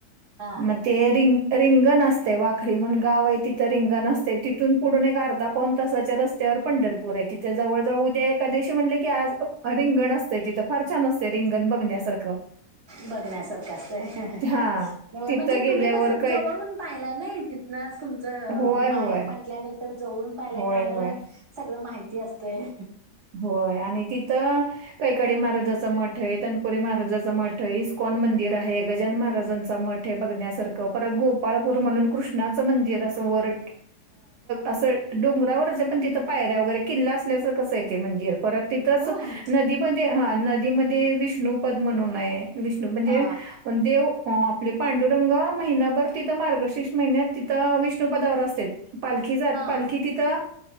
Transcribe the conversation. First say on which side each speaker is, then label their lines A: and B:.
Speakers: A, on the right; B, on the right.
A: हा,
B: मग ते रंग रिंगण अस वाखरी म्हणुन गाव आहे तिथं रिंगण असते तिथून पुढण एक अर्धा पाऊन तासाच्या रस्त्यावर पंढरपूर आहे. तिथे जवळ जाऊ उद्या एकादशी म्हटले की आज रिंगण असते तिथं फार छान असते रिंगण बघण्यासारखं
A: बघण्यासारखं असंते
B: हां. तिथं
A: म्हणजे
B: गेल्यावर
A: तुम्ही कसं
B: काय
A: जवळुन पाहिला नाही तिथन तुमच
B: होय,
A: माहेर
B: होय,
A: म्हटल्यानंतर जाऊन पाहिलाय
B: होय,
A: त्यामुळे
B: होय,
A: सगळं माहिती असतय
B: होय आणि ति कैकाडी महाराजाचा मठ आहे तनपुरी महाराजाचा मठ आहे इस्कॉन मंदिर आहे गजानन महाराज महाराजांचा मठ हे बघण्यासारखं परत गोपाळपूर म्हणून कृष्णाचं मंदिर असं वर असं डोंगरावरच आहे पण तिथं पायऱ्या वगैरे किल्ला असल्याचं कस ते मंदिर परत तिथंच
A: होय
B: नदीमध्ये हा नदीमध्ये विष्णुपद म्हणून आहे. विष्णु म्हणजे
A: हा
B: देव आपले पांडुरंग महिनाभर तिथं मार्गशीर्ष महिन्यात तिथं विष्णुपदावर असत्यात. पालखी जात
A: हा
B: पालखी तिथं